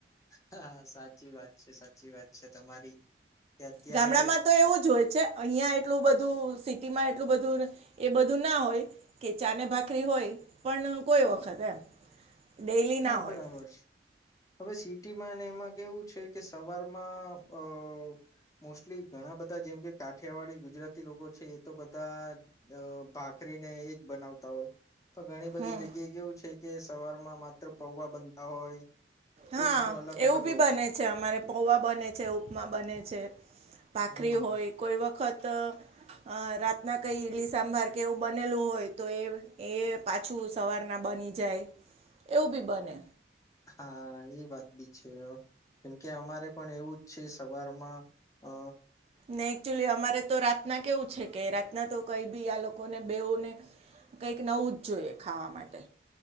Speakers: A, on the left; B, on the right.
A: હા સાચી વાત છે સાચી વાત છે તમારી કે અત્યારે
B: ગામડામાં તો એવું જ હોય છે અહિયાં એટલું બધું સિટીમાં એટલું બધું એ બધું ના હોય કે ચાને ભાખરી હોય પણ કોઈ વખત એમ ડેઈલી
A: હા
B: ના
A: બરાબર
B: હોય
A: હવે સીટ. ટીમાં અને એમાં કેવું છે કે સવારમાં અ મોસ્ટલી ઘણા બધા જેમ કે કાઠિયાવાડી ગુજરાતી લોકો છે એ તો બધા ભાગ આખરી ને એજ બનાવતા હોય પણ ઘણી બધી
B: હમ
A: જગ્યાએ કેવું છે કે સવાર માં માત્ર પૌવા બનતા હોય
B: હા
A: એ રીતનું અલગ
B: એવું
A: અલગ
B: બી
A: હોય
B: બને છે અમારે પોૌવા બને છે ઉપમા બને છે. ભાખરી
A: હમ
B: હોય કોઈ વખત. અ રાતના કઈ ઈડલી સાંભાર કે એવું બનેલું હોય તો એ એ પાછું સવારના. બની જાય એવું બી બને
A: હા એ વાત બી છે કેમકે અમારે પણ એવું છે સવારમાં અ
B: ને એકચુલી અમારે તો રાતના કેવું છે કે રાતના તો કઈ બી આ લોકોને બેઓને કઈક નવું જ જોઈએ ખાવા માટે